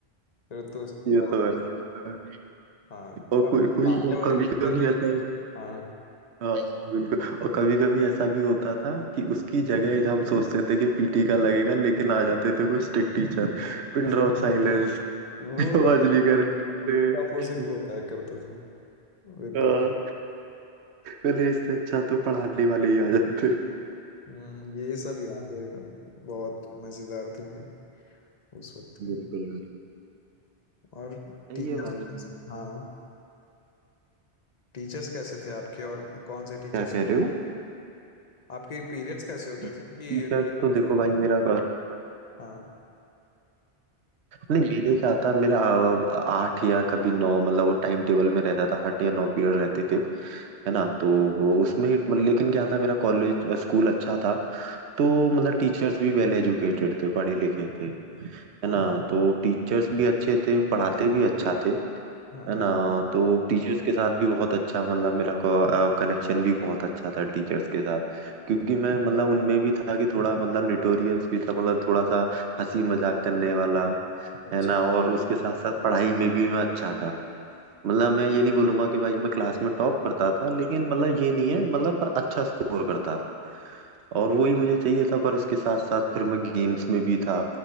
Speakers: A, on the left (about 45°); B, on the right (about 90°).
A: फिर तो उसके
B: ये
A: बाद
B: तो है ये तो है।
A: हाँ
B: और
A: सामने
B: कोई कोई
A: वाले
B: कभी
A: टीचर
B: कभी
A: भी
B: ऐसा
A: हाँ
B: हाँ बिल्कुल और कभी कभी ऐसा भी होता था कि उसकी जगह हम सोचते थे कि पीटी का लगेगा लेकिन आ जाते थे कोई strict teacher Pin
A: <laughs>
B: drop silence
A: वो
B: <laughs> आवाज नहीं करेंगे
A: अपोजिट होता है करता था विपरीत
B: हाँ, पहले इससे अच्छा तो पढ़ाने वाले ही आ जाते
A: हम्म, ये सब यादें बहुत मजेदार थी भाई उस वक्त की
B: बिल्कुल बिल्कुल।
A: और
B: सही
A: टीचर्स
B: है भाई
A: हाँ टीचर्स कैसे थे आपके और कौन से टीचर्स
B: क्या कह रहे हो
A: आपके पीरियड्स कैसे होते
B: टीचर्स
A: थे कि टीचर्स
B: तो देखो भाई मेरा
A: हाँ
B: नहीं मेरे क्या था मेरा आ, आठ या कभी नौ मतलब वो टाइम टेबल में रहता था आठ या नौ पीरियड रहते थे है ना तो वो उसमें मतलब- लेकिन क्या था मेरा कॉलेज स्कूल अच्छा था तो मतलब टीचर्स भी वेल एजुकेटेड थे पढ़े लिखे थे है ना तो टीचर्स भी अच्छे थे पढ़ाते भी अच्छा थे
A: हाँ
B: है ना तो टीचर्स के साथ भी बहुत अच्छा मतलब मेरा कनेक्शन भी बहुत अच्छा था टीचर्स के साथ क्योंकि मैं मतलब उनमें भी था कि थोड़ा मतलब न्यूटोरियस भी था मतलब थोड़ा सा हंसी मजाक करने वाला
A: अच्छा
B: है ना और उसके साथ साथ पढ़ाई में भी मैं अच्छा था मतलब मैं ये नहीं बोलूंगा कि भाई मैं क्लास में टॉप करता था लेकिन मतलब ये नहीं है मतलब पर अच्छा स्कोर करता था और वही मुझे चाहिए था पर उसके साथ साथ फिर मैं गेम्स में भी था